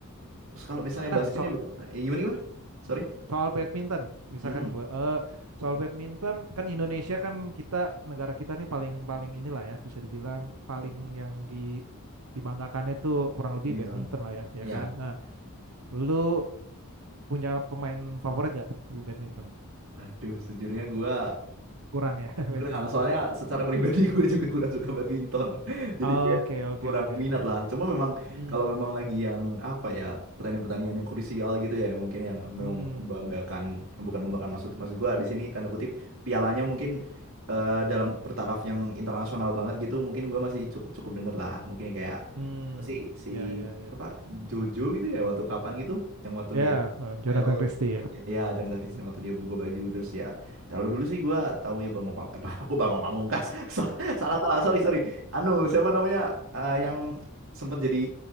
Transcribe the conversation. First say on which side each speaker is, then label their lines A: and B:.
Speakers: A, on the right (about 65°); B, on the right (about 85°).
A: Terus kalau misalnya
B: Nah,
A: basket
B: soal
A: nih bro, eh, gimana gimana? Sorry.
B: Soal badminton, misalkan
A: Hmm,
B: gue, eh soal badminton kan Indonesia kan kita negara kita nih paling paling inilah ya bisa dibilang paling
A: hmm.
B: yang di dibanggakannya itu kurang lebih
A: Badminton.
B: badminton lah ya, ya
A: Ya.
B: kan. Nah, lu punya pemain favorit nggak bu badminton?
A: Aduh, sejujurnya gua
B: Kurang ya <laughs> badmintonnya.
A: Kurang, soalnya secara pribadi gue juga kurang suka badminton. <laughs> Jadi
B: Oke
A: kayak
B: oke
A: kurang
B: oke
A: minat
B: oke.
A: lah.
B: ya.
A: Cuma memang
B: Hmm
A: kalau memang lagi yang apa ya, pertandingan-pertandingan yang krusial gitu ya, mungkin yang memang
B: hmm
A: membanggakan, bukan membanggakan maksud maksud gue di sini tanda kutip pialanya mungkin eh, dalam bertaraf yang internasional banget gitu, mungkin gue masih cukup-cukup denger lah. Mungkin kayak
B: hmm
A: apa sih si
B: ya ya ya
A: apa Jojo gitu ya waktu kapan gitu, yang waktu
B: ya
A: dia
B: eh, Jonathan
A: viral
B: Christie
A: itu
B: ya.
A: ya ya Chandra Taktik
B: Hmm.
A: Sing waktu dia buka baju terus ya kalau dulu sih gua tahu ya Bambang Pam eh, Bang- aku Bambang Pamungkas <laughs> So- salah salah sorry sorry anu siapa namanya eh, yang sempat jadi